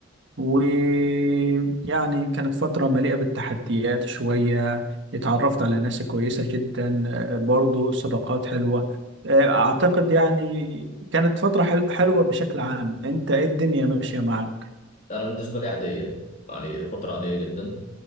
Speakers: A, on the right; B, on the left.
A: ويعني كانت فتره مليئه بالتحديات شويه اتعرفت على ناس كويسه جدا آه، برضو صداقات حلوه آه، اعتقد يعني كانت فتره حل- حلوه بشكل عام انت ايه الدنيا ماشيه معك
B: أنا بالنسبة لي عادية يعني فترة عادية جدا